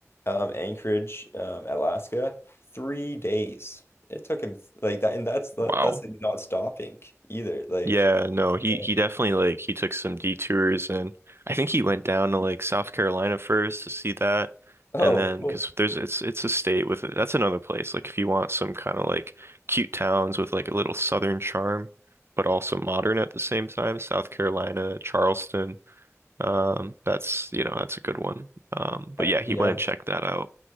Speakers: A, on the left; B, on the right.
A: um, Anchorage, um, Alaska, three days. It took him th- like that, and that's not,
B: Wow.
A: that's like not stopping either. Like,
B: Yeah, no, he
A: Yeah.
B: he definitely like he took some detours and I think he went down to like South Carolina first to see that
A: oh,
B: and then
A: cool.
B: because there's it's it's a state with that's another place like if you want some kind of like cute towns with like a little southern charm but also modern at the same time South Carolina, Charleston um, that's, you know, that's a good one. Um, but
A: I,
B: yeah, he
A: yeah,
B: went and checked that out.